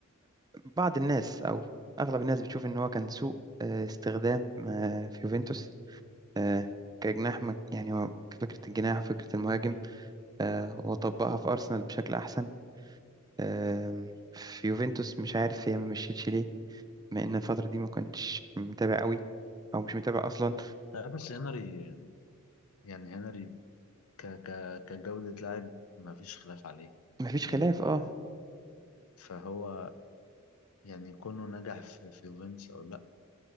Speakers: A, on the right (about 20°); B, on the left (about 85°).
A: بعض الناس او اغلب الناس بتشوف ان هو كان سوء آه، استخدام آه، في يوفنتوس آه، كجناح مك- يعني هو فكره الجناح وفكره المهاجم آه، وطبقها في ارسنال بشكل احسن آه، في يوفنتوس مش عارف هي ما مشيتش ليه لان الفتره دي ما كنتش متابع قوي او مش متابع اصلا
B: لا بس هنري يعني هنري ك ك كجودة لاعب ما فيش خلاف عليه
A: مفيش
B: يعني
A: خلاف اه
B: فهو يعني كونه نجح في في يوفنتوس أو لأ